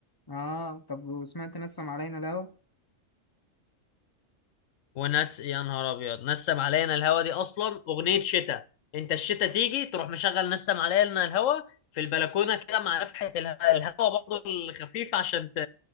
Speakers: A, on the left; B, on the left.
A: اه طب وسمعت نسم علينا الهوا
B: وناس يا نهار ابيض نسم علينا الهوا دي اصلا اغنيه شتاء انت الشتاء تيجي تروح مشغل نسم علينا الهوا في البلكونه كده مع نفحه اله- الهوا برضه الخفيف عشان ت...